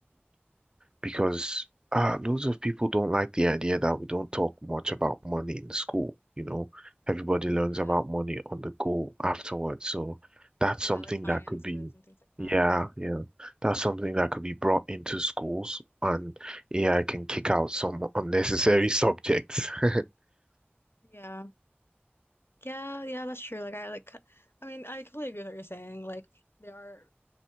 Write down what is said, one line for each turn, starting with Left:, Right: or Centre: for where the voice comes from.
Right: because uh, loads of people don't like the idea that we don't talk much about money in school. You know, everybody learns
Left: Yeah.
Right: about money on the go afterwards. So that's
Left: Yeah,
Right: something
Left: like finances
Right: that could be,
Left: and things like that.
Right: yeah,
Left: Yeah.
Right: yeah, that's something that could be brought into schools, and AI can kick out some unnecessary subjects. <laughs>
Left: Yeah. Yeah, yeah, that's true. Like I like I mean, I completely agree with what you're saying. Like there are